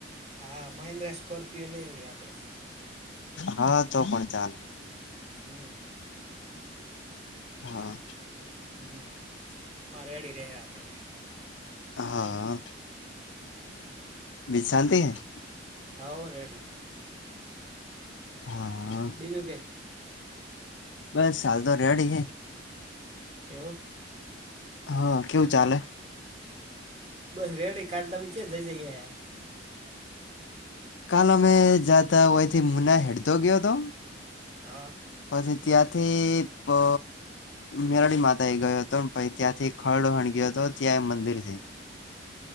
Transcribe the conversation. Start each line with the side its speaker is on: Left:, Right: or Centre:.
Right: હા મહેન્દ્રા સ્કોર્પિયો લે ગઈએ આપડે.
Left: હા તો પણ ચાલે.
Right: હમ.
Left: હા.
Right: હમ રેડી રે આપડે.
Left: હા.
Right: હા
Left: <unintelligible>
Right: હવ રેડી.
Left: હા
Right: બીજું કે.
Left: બસ હાલ તો રેડી હે.
Right: એવું.
Left: હા કેવું ચાલે.
Right: બસ રેડી કાલ તમે ચોચો જઈ આયા.
Left: કાલ અમે જાતા હોયથી મુના હેડતો ગયો હતો.
Right: હ.
Left: પછી ત્યાંથી. મેરાડી માતા એ ગયો હતો પછી ત્યાંથી ખરડોહણ ગયો હતો ત્યાં મંદિર હે.